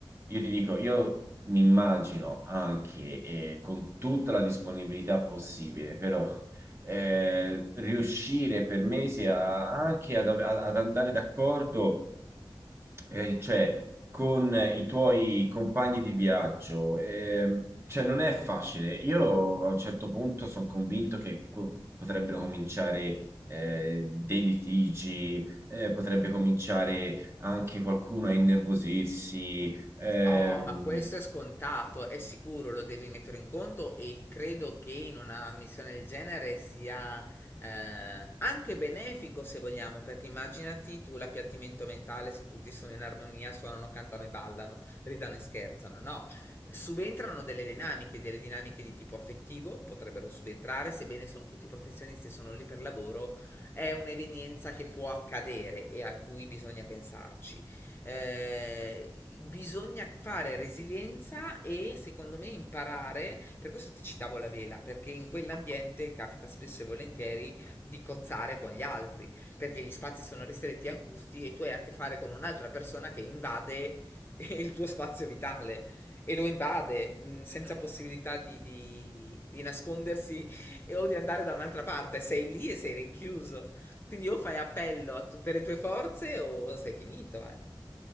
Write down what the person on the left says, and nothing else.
Oh, ma questo è scontato, è sicuro, lo devi mettere in conto e credo che in una missione del genere sia eh, anche benefico se vogliamo, perché immaginati tu l'appiattimento mentale se tutti sono in armonia, suonano, cantano e ballano, ridano e scherzano, no? Subentrano delle dinamiche, delle dinamiche di tipo affettivo, potrebbero subentrare, sebbene sono tutti professionisti e sono lì per lavoro, è un'evenienza che può accadere e a cui bisogna pensarci. Eh, bisogna fare resilienza e secondo me imparare, per questo ti citavo la vela, perché in quell'ambiente capita spesso e volentieri di cozzare con gli altri, perché gli spazi sono ristretti e angusti e tu hai a che fare con un'altra persona che invade <laughs> il tuo spazio vitale e lo invade mh, senza possibilità di, di- di nascondersi e- o di andare da un'altra parte, sei lì e sei rinchiuso. Quindi o fai appello a tutte le tue forze o sei finito, eh.